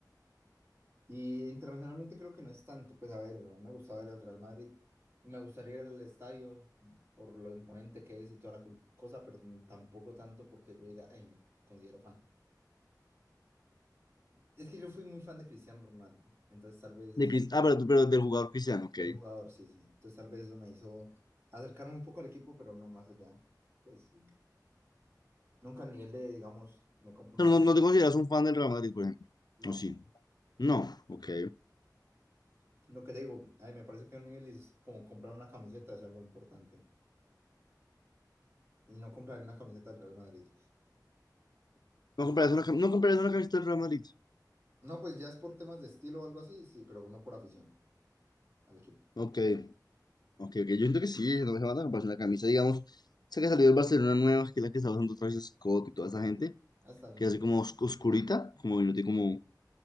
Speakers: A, on the right; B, on the left.
A: Y internacionalmente creo que no es tanto, pues a ver, me gustaba ver el Real Madrid, me gustaría ir al estadio por lo imponente que es y toda la cul- cosa, pero n- tampoco tanto porque yo diga, "Ey, me considero fan. Es que yo fui muy fan de Cristiano Ronaldo, entonces tal vez
B: De Cris- ah, pero, tú- pero del jugador Cristiano, ok.
A: del jugador, sí, sí. Entonces tal vez eso me hizo acercarme un poco al equipo, pero no más allá. Pues nunca al nivel de, digamos, me compro una
B: Pero
A: camiseta.
B: no, no te consideras un fan del Real Madrid, por ejemplo.
A: No.
B: ¿O sí? No, ok.
A: Lo que te digo, ay, me parece que un nivel es como comprar una camiseta, es algo importante. Y no comprar una camiseta del Real Madrid.
B: No comprarías una, cam- no comprarías una camiseta del Real Madrid.
A: No, pues ya es por temas de estilo o algo así, sí, pero no por afición al equipo.
B: Ok, ok, ok. Yo siento que sí, no me van a comprar una camisa, digamos. Sé que salió el Barcelona nueva, que es la que está usando Travis Scott y toda esa
A: Sí,
B: gente,
A: sí. Ah, está linda.
B: que es así como os- oscurita, como minuto como,